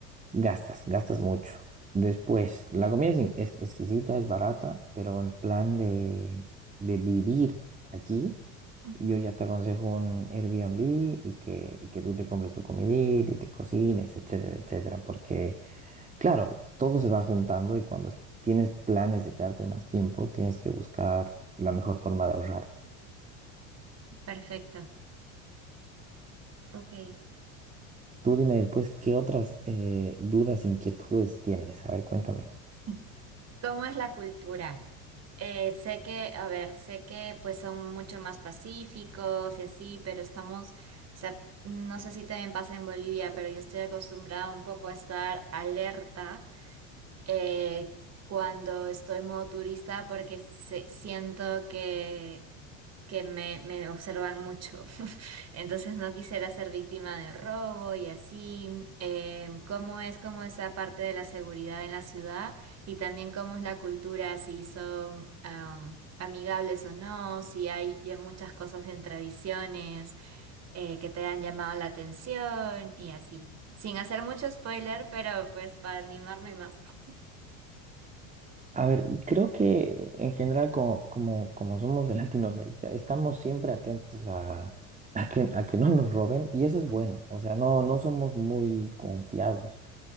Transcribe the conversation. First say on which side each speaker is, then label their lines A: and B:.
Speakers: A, on the right; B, on the right.
A: gastas, gastas mucho. Después, la comida es, in- es exquisita, es barata, pero en plan de, de vivir aquí,
B: ujú.
A: yo ya te aconsejo un Airbnb y que, y que tú te compres tu comidita y te cocines, etcétera, etcétera. Porque, claro, todo se va juntando y cuando es- tienes planes de quedarte más tiempo, tienes que buscar la mejor forma de ahorrar.
B: Perfecto. Ok.
A: Tú dime después qué otras eh, dudas, inquietudes tienes. A ver, cuéntame.
B: <laughs> ¿Cómo es la cultura? Eh, sé que, a ver, sé que pues son mucho más pacíficos y así, pero estamos, o sea, no sé si también pasa en Bolivia, pero yo estoy acostumbrada un poco a estar alerta eh, cuando estoy en modo turista porque se- siento que que me, me observan mucho. <laughs> Entonces no quisiera ser víctima de robo y así. Em, ¿cómo es como esa parte de la seguridad en la ciudad? Y también cómo es la cultura, si son am, amigables o no, si hay ya muchas cosas en tradiciones eh, que te han llamado la atención y así. Sin hacer mucho spoiler, pero pues para animarme más. <laughs>
A: A ver, creo que en general, como, como, como somos de <laughs> Latinoamérica, estamos siempre atentos a, a que, a que no nos roben y eso es bueno.
B: Mm.
A: O sea, no, no somos muy confiados.